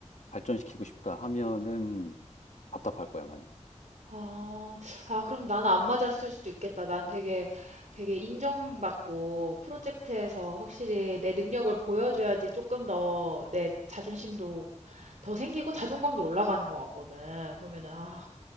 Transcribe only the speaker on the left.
발전시키고 싶다 하면은 답답할 거야, 많이.